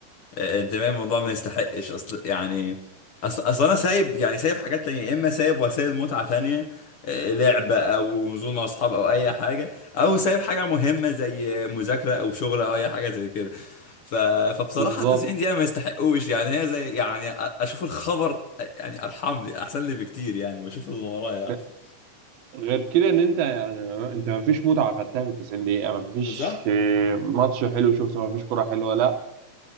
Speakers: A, on the left; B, on the right.
A: انت فاهم الموضوع ما يستحقش اصل يعني اصل اصل انا سايب يعني سايب حاجات تانية يا اما سايب وسائل متعة تانية آه، لعبة او نزول مع اصحاب او اي حاجة او سايب حاجة مهمة زي مذاكرة او شغل او اي حاجة زي كده ف... فبصراحة
B: بالظبط
A: 90 دقيقة ما يستحقوش يعني هي زي يعني أ- اشوف الخبر يعني ارحم لي احسن لي بكتير يعني واشوف اللي ورايا
B: ب-
A: احسن
B: غير كده ان انت يعني انت ما فيش متعه خدتها في 90 دقيقه ما فيش
A: بالظبط
B: آه، ماتش حلو شفته ما فيش كره حلوه لا